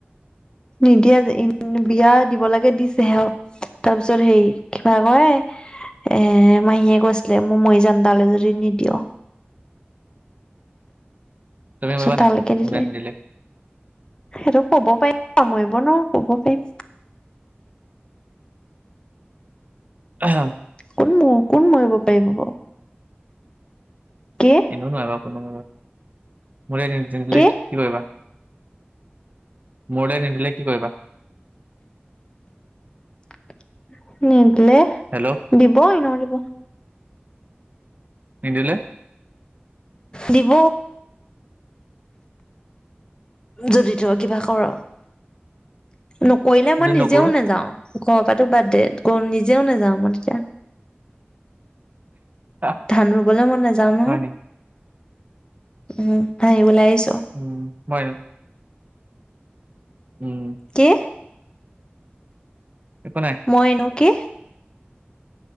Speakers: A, on the left; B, on the right.
A: নিদিয়া যে বিয়া দিব লাগে দিছেহে তাৰ পিছত হেৰি কিবা কয় এ মাহীয়ে কৈছিলে মোৰ মই যান তালৈ য যদি নিদিয়ে।
B: তুমি মাৰিবা
A: ছোতালকে
B: নাই
A: দিলে।
B: মোলে নিদিলে
A: সেইটো কব পাৰিম, সামৰিব ন কব পাৰিম।
B: আহ।
A: কোন ম কোন মৰিব পাৰিব বাৰু। কে
B: এো নহয় বাৰ, কোনো মিল
A: কে
B: কি কৰিবা? মোৰলৈ নিদিলে কি কৰিবা?
A: <inaudible> নিদিলে,
B: হেল্ল'
A: দিব এনেও দিব।
B: নিদিলে?
A: দিব। যদি তই কিবা কৰ, নকৰিলে মই
B: যদি
A: নিজেও
B: নকৰো
A: নেযাও। ঘৰৰ পৰাো বাদ দে, নিজেও নাযাওঁ মই তেতিয়া।
B: আহ,
A: ধান ৰুবলৈ মই নাযাওঁ ন,
B: হয় নি
A: উম হাহিবলৈ আহিছ।
B: উম হয় ন। উম।
A: কি
B: একো নাই
A: মই এনো কি